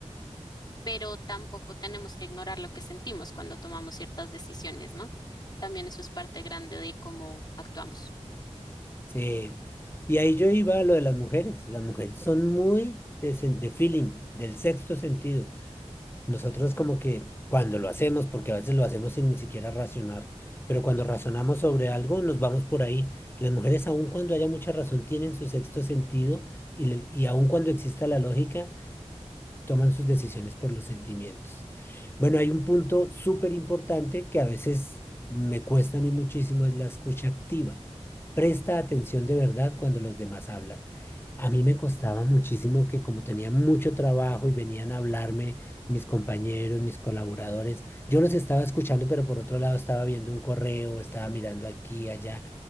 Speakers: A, on the left (about 40°); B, on the left (about 20°).
A: pero tampoco tenemos que ignorar lo que sentimos cuando tomamos ciertas decisiones, ¿no? También eso es parte grande de cómo actuamos.
B: Sí. Y ahí yo iba a lo de las mujeres. Las mujeres son muy de, sen- de feeling, del sexto sentido. Nosotros como que cuando lo hacemos, porque a veces lo hacemos sin ni siquiera racionar, pero cuando razonamos sobre algo nos vamos por ahí. Las mujeres aun cuando haya mucha razón tienen su sexto sentido y, le- y aun cuando exista la lógica toman sus decisiones por los sentimientos. Bueno, hay un punto súper importante que a veces me cuesta a mí muchísimo, es la escucha activa. Presta atención de verdad cuando los demás hablan. A mí me costaba muchísimo que como tenía mucho trabajo y venían a hablarme mis compañeros, mis colaboradores, yo los estaba escuchando, pero por otro lado estaba viendo un correo, estaba mirando aquí, allá.